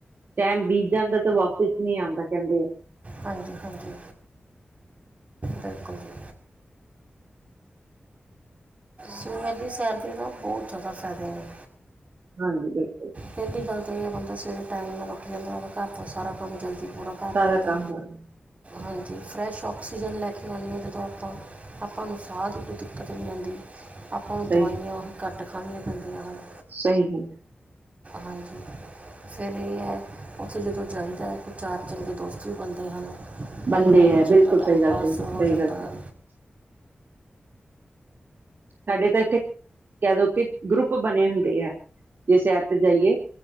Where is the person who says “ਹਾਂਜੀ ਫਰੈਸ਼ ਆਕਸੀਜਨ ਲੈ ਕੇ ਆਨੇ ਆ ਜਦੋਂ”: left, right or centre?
Right